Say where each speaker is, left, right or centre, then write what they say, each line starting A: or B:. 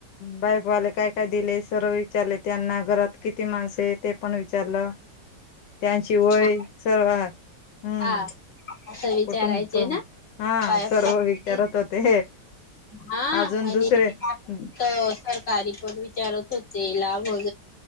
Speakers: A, on the left; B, on the left.
A: बाय बावाले काय काय दिले सर्व विचारले त्यांना घरात किती माणस आहे ते पण विचारलं त्यांची वय
B: हा
A: सर्व हा, हम्म
B: हा असं विचारायचे
A: कुटुंब प्रमुख
B: ना
A: हा
B: बाहेर
A: सर्व
B: फरक कितीला,
A: विचारत होते
B: हा
A: अजून
B: आणि
A: दुसरे
B: तर सरकारी पण विचारत होते, लाभ हो